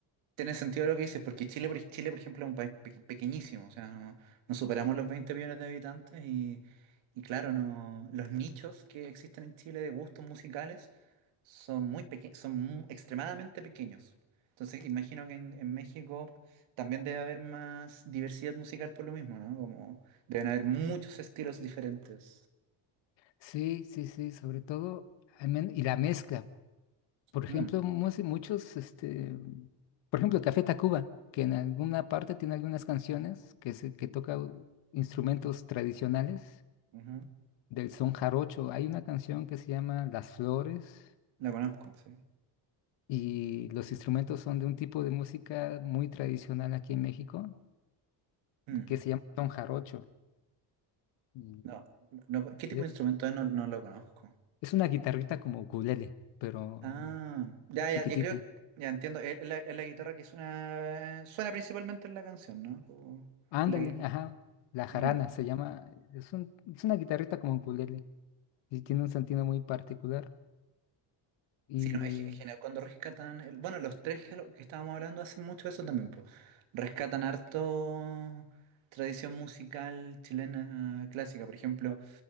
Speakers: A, on the right; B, on the left.
A: Tiene sentido lo que dices, porque Chile, por, Chile, por ejemplo, es un país pe- pequeñísimo, o sea, no, no superamos los 20 millones de habitantes y, y claro, no, los nichos que existen en Chile de gustos musicales son muy peque- son mu- extremadamente pequeños. Entonces, imagino que en, en México también debe haber más diversidad musical por lo mismo, ¿no? Como deben haber muchos estilos diferentes.
B: sí, sí, sí, sobre todo, al men- y la mezcla. Por ejemplo,
A: Mm,
B: mus- muchos, este, por ejemplo, Café Tacuba, que en alguna parte tiene algunas canciones que, se, que toca instrumentos tradicionales
A: ujú,
B: del son jarocho. Hay una canción que se llama Las Flores
A: La conozco, sí.
B: y los instrumentos son de un tipo de música muy tradicional aquí en México
A: Mm,
B: que se llama son jarocho. Y
A: no, no, ¿qué tipo
B: e-
A: de instrumento es? No, no lo conozco.
B: es una guitarrita como ukulele, pero
A: Ah, ya,
B: chiquitita.
A: ya, yo creo, ya entiendo, es es la, es la guitarra que suena, suena principalmente en la canción, ¿no? O-
B: Ándale,
A: la que-
B: ajá. La jarana
A: Mm.
B: se llama, es un- es una guitarrita como ukulele. Sí, tiene un sentido muy particular. Y
A: Sí, no, es, ge- es genial cuando rescatan, el- bueno, los tres que, lo- que estábamos hablando hacen mucho eso también, po. Rescatan harto tradición musical chilena clásica, por ejemplo,